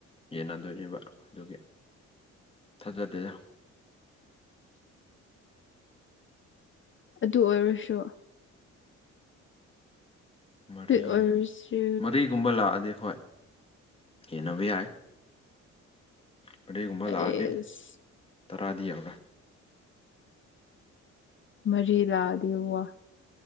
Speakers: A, on the left; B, on the left.
A: ꯌꯦꯟꯅꯗꯣꯏꯅꯦꯕ ꯑꯗꯨꯒꯤ ꯊꯥꯖꯗꯦꯗ
B: ꯑꯗꯨ ꯑꯣꯏꯔꯁꯨ
A: ꯃꯔꯤ
B: ꯑꯗꯨ ꯑꯣꯏꯔꯁꯨ
A: ꯃꯔꯤꯒꯨꯝꯕ ꯂꯥꯛꯑꯗꯤ ꯍꯣꯏ ꯌꯦꯟꯅꯕ ꯌꯥꯏ ꯃꯔꯤꯒꯨꯝꯕ
B: ꯑꯦꯁ
A: ꯂꯥꯛꯑꯗꯤ ꯇꯔꯥꯗꯤ ꯌꯧꯔꯣꯏ
B: ꯃꯔꯤ ꯂꯥꯛꯑꯗꯤ ꯋꯥ